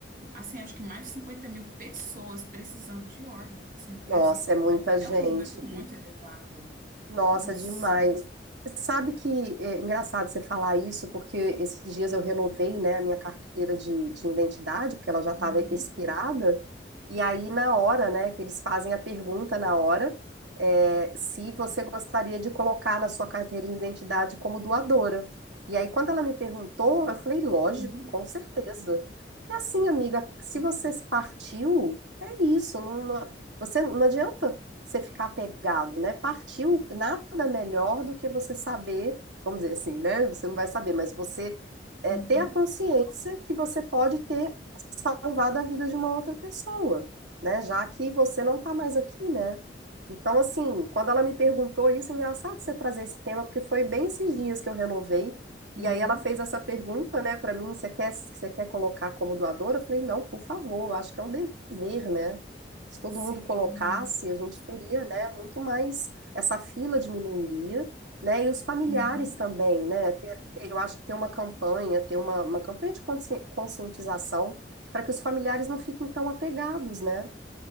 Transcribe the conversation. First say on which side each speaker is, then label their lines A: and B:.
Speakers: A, on the right; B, on the right.
A: Assim, acho que mais de 50 mil pessoas precisando de órgãos, assim, no Brasil.
B: Nossa, é muita
A: É
B: gente.
A: um número muito elevado.
B: Nossa,
A: Nossa.
B: demais. Você sabe que é é engraçado você falar isso, porque esses dias eu renovei, né, a minha carteira de, de identidade, porque ela já estava
A: Uhum,
B: expirada. E aí, na hora, né, que eles fazem a pergunta na hora, é, se você gostaria de colocar na sua carteira de identidade como doadora. E aí, quando ela me perguntou, eu falei, lógico,
A: uhum,
B: com certeza. Porque assim, amiga, se
A: sim.
B: você partiu, é isso, não, não- você não adianta você ficar apegado, né? Partiu nada melhor do que você saber, vamos dizer assim, né? Você não vai saber, mas você é,
A: Uhum,
B: ter a consciência que você pode ter salvado a vida de uma outra pessoa, né? Já que você não tá mais aqui, né? Então, assim, quando ela me perguntou isso, é engraçado você trazer esse tema, porque foi bem esses dias que eu renovei.
A: uhum,
B: E aí ela fez essa pergunta, né, pra mim, você quer, você quer colocar como doadora? Eu falei, não, por favor, eu acho que é um dever, né? Se todo
A: sim.
B: mundo colocasse, a gente teria, né, muito mais, essa fila diminuiria, né, e os familiares
A: Uhum.
B: também, né, ter- ter- eu acho que ter uma campanha, ter uma, uma campanha de consci- conscientização para que os familiares não fiquem tão apegados, né,